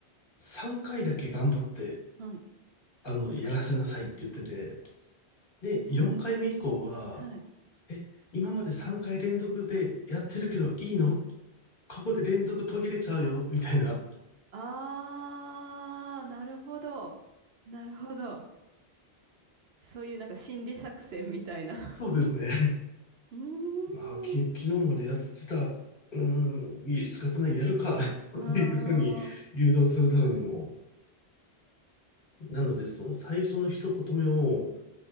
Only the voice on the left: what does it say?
3回だけ頑張って、
あの、やらせなさいって言ってて、で、
4回目以降は、
え、今まで3回連続でやってるけどいいのここで連続途切れちゃうよみたいな。
そうですね。
まあ、き、昨日までやってた、うーん、いえ、仕方ない、やるか <laughs>
っていうふうに誘導するためにも、
なので、その最初の一言目を、